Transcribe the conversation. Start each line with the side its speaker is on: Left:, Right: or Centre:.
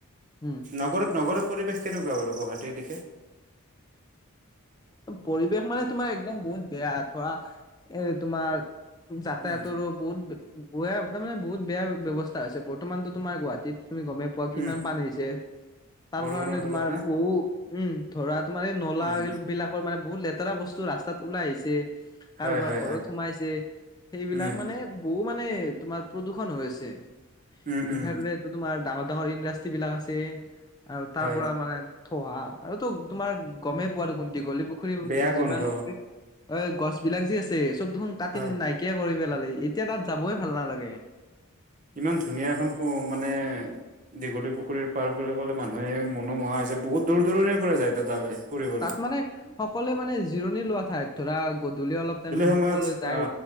Left: উম
Right: নগৰত নগৰ পৰিৱেশ কেনেকুৱা বাৰু গুৱাহাটীৰ দিশে
Left: পৰিৱেশ মানে তোমাৰ একদম বহুত বেয়া ধৰা এ তোমাৰ যাতায়াতৰো
Right: উম
Left: বহুত গোৱা তাৰ মানে বহুত বেয়া ব্যৱস্থা আছে বৰ্তমানতো তোমাৰ গুৱাহাটীত তুমি গমেই পোৱা কিমান
Right: উম
Left: পানী হৈছে তাৰ
Right: বৰষুণৰ
Left: কাৰণে
Right: ফলত
Left: তোমাৰ
Right: না
Left: বহু উম ধৰা তোমাৰ এ কলা
Right: উম
Left: ৰিল বিলাকৰ মানে বহুত লেতেৰা বস্তু ৰাস্তাত ওলাই আহিছে। কাৰোবাৰ
Right: হয় হয়
Left: ঘৰত
Right: হয়
Left: সোমাইছে সেইবিলাক
Right: উম
Left: মানে বহু মানে তোমাৰ প্ৰদূষণ হৈছে
Right: উম
Left: ইফালে
Right: উম
Left: এইটো তোমাৰ ডাঙৰ ডাঙৰ ইণ্ডাষ্ট্ৰ্ৰী বিলাক আছে আৰু তাৰ
Right: হয়
Left: পৰা মানে থহা আৰুতো তোমাৰ গমেই পোৱা দেখোন দীঘলী পুখুৰী
Right: বেয়া
Left: যিমান
Right: গোন্ধ
Left: টি অ গছ বিলাক যি আছে চব দেখোন কাটি
Right: হয়
Left: নাইকিয়া কৰি পেলালে এতিয়া তাত যাবই ভাল নালাগে।
Right: ইমান ধুনীয়া এখন স মানে দীঘলী পুখুৰীৰ পাৰ বুলি ক'লে মানুহে মনোমোহা হৈছে বহুত দূৰ-দূৰণিৰ পৰা যায় ত তালৈ। ফুৰিবলৈ
Left: তাত মানে সকলোৱে মানে জিৰণি লোৱা ঠাইত ধৰা গধূলি অলপ টাইম
Right: সময়ত
Left: সকলোৱে যায়
Right: অ